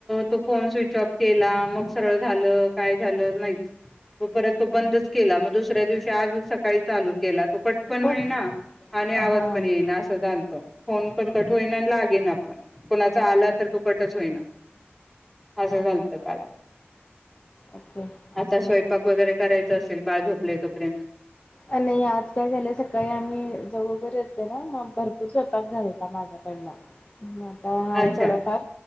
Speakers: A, in the centre; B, on the left (about 30°).
A: तो फोन स्विच ऑफ केला मग सरळ झालं, काय झालं नाहीच मग परत तो बंदच केला मग दुसऱ्या दिवशी आजच सकाळी चालू केला तो कट पण होईना
B: हो
A: आणि आवाज
B: हां हां
A: पण येईना अस फोन पण कट होईना अन लागेना पण कोणाचा आला तर तो कटच होईना असं झालत
B: हां हां
A: काल
B: ओके
A: आता
B: असं
A: स्वयंपाक
B: झालं होतं
A: वगैरे करायचं असेल बाळ झोपलाय तर..... पर्यंत
B: अ नाही आज काय झालं सकाळी आम्ही जाऊ वगैरे येतो ना मग भरपूर स्वयंपाक झाल आ माझ्याकडनं आता आहे
A: अच्छा
B: थोडंफार